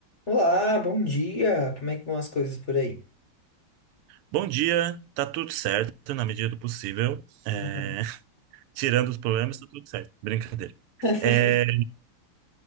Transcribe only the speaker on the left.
Olá, bom dia! Como é que vão as coisas por aí?
Uhum.
<laughs>